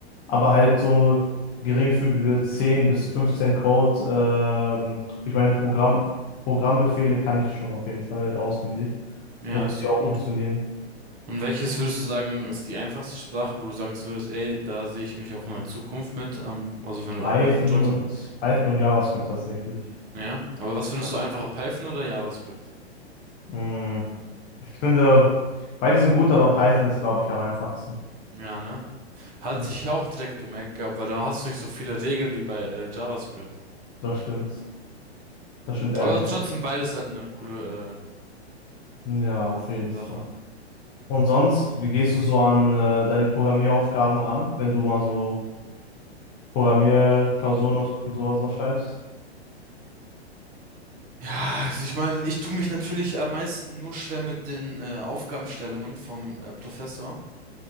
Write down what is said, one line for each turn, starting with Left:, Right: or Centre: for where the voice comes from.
Left: Aber halt so geringfügige 10 bis 15 Codes, ähm, ich meine, Programm, Programmbefehle kann ich schon auf jeden Fall auswendig
Right: Ja,
Left: und
Right: ist
Left: wie die
Right: doch
Left: auch
Right: gut.
Left: funktionieren.
Right: Und welches würdest du sagen, ist die einfachste Sprache, wo du sagen würdest, ey, da sehe ich mich auch in der Zukunft mit, am- also wenn du
Left: Python
Right: arbeiten solltest?
Left: und Python und JavaScript tatsächlich.
Right: Ja. Aber was findest
Left: Ja.
Right: du einfacher, Python oder JavaScript?
Left: Mm, Ich finde, beide sind gut, aber Python ist, glaube ich, am einfachsten.
Right: Ja, ne? Hatte
Left: Ja,
Right: ich auch direkt gemerkt gehabt, weil da hast du nicht so viele Regeln wie bei äh, JavaScript.
Left: Das stimmt. Das stimmt ehrlich,
Right: Aber trotzdem
Left: ja.
Right: beides halt eine coole,
Left: Ja,
Right: äh, eine
Left: auf
Right: coole
Left: jeden Fall.
Right: Sache.
Left: Und sonst, wie gehst du so an äh, deine Programmieraufgaben ran, wenn du mal so Programmierklausuren und, so, und sowas da schreibst?
Right: Ja, also ich meine, ich tue mich natürlich am meisten nur schwer mit den äh, Aufgabenstellungen vom äh, Professor.